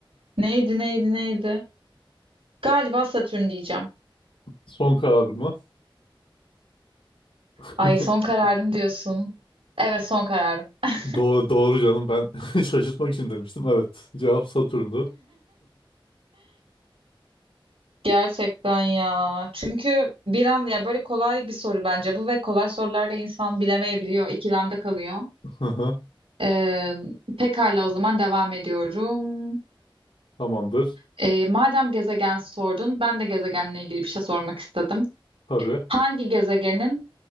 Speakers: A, on the right (about 85°); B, on the left (about 90°).
A: neydi neydi neydi? Galiba Satürn diyeceğim.
B: <laughs> Son karar mı? <laughs>
A: Ay son kararın diyorsun. Evet son kararım. <laughs>
B: Doğru, doğru canım ben <laughs> şaşırtmak için demiştim. Evet cevap Satürn'dü.
A: Gerçekten ya. Çünkü bir an ya böyle kolay bir soru bence bu ve kolay sorularda insan bilemeyebiliyor, ikilemde kalıyor.
B: Hı hı,
A: Ee, pekala o zaman devam ediyorum.
B: Tamamdır.
A: Ee, madem gezegen sordun, ben de gezegenle ilgili bir şey sormak istedim.
B: Tabii.
A: Hangi gezegenin